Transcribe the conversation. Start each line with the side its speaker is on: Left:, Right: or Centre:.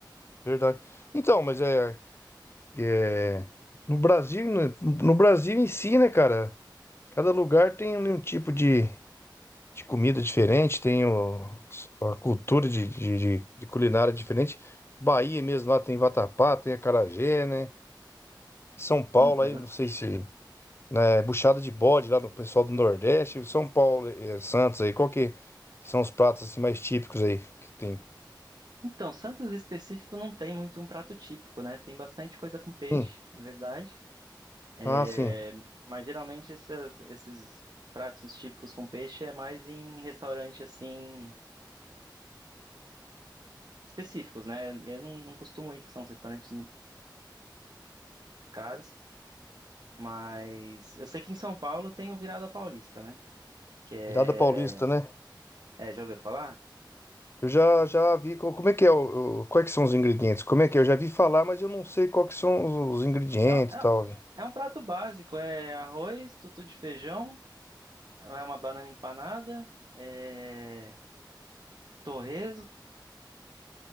Left: verdade. Então, mas é, é no Brasil, né, no Brasil em si, né, cara? Cada lugar tem um um tipo de, de comida diferente, tem o- a cultura de, de, de- de culinária diferente. Bahia mesmo lá tem vatapá, tem acarajé, né? São Paulo
Right: Hum,
Left: aí,
Right: exa-
Left: não sei se né, buchada de bode lá no pessoal do Nordeste, São Paulo, eh, Santos aí, qual que são os pratos assim mais típicos aí que tem?
Right: Então, Santos específico não tem muito um prato típico, né? Tem bastante coisa com peixe,
Left: Hum,
Right: na verdade. É,
Left: ah, sim,
Right: Mas geralmente essas- esses pratos típicos com peixe é mais em restaurante assim específicos, né? Eu não, não costumo ir, que são os restaurantes caros, mas eu sei que em São Paulo tem o Virada Paulista, né? Que é,
Left: virada paulista, né?
Right: é, já ouviu falar?
Left: Eu já já vi co- como é que é o, o- quais que são os ingredientes? Como é que é? Eu já vi falar, mas eu não sei qual que são os, os ingredientes
Right: É,
Left: e
Right: é,
Left: tal. né?
Right: é um prato básico, é arroz, tutu de feijão. É uma banana empanada, é... torresmo,